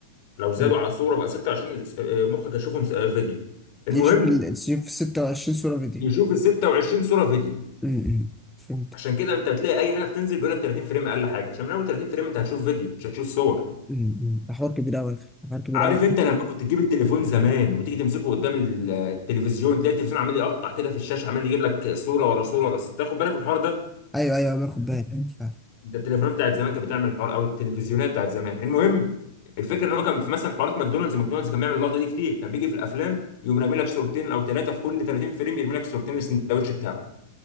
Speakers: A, on the left (about 50°); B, in the centre.
A: لو زادوا
B: مم.
A: عن صوره بقى 26 س- آه، مخك هيشوفهم س- آه، فيديو المهم
B: يعني شوف ال- في 26 صورة فيديو
A: يشوف ال 26 صوره فيديو
B: امم فهمت
A: عشان كده انت بتلاقي اي حاجه بتنزل بيقول لك 30 فريم اقل حاجه عشان من اول 30 فريم انت هتشوف فيديو مش هتشوف صور
B: امم ده حوار كبير قوي حوار كبير
A: عارف
B: قوي
A: انت لما كنت تجيب التليفون زمان وتيجي تمسكه قدام ال- التلفزيون تلاقي التلفزيون عمال يقطع كده في الشاشه عمال يجيب لك صوره ورا صوره ورا تاخد بالك من الحوار ده
B: ايوه ايوه أيوه، باخد بالي ف-
A: ده التليفونات بتاعت زمان كانت بتعمل الحوار او التلفزيونات بتاعت زمان المهم الفكره ان هو كان في مثلا حوارات ماكدونالدز ماكدونالدز كان بيعمل اللقطه دي كتير كان بيجي في الافلام يقوم رامي لك صورتين او ثلاثه في كل 30 فريم يرمي لك صورتين السندوتش بتاعه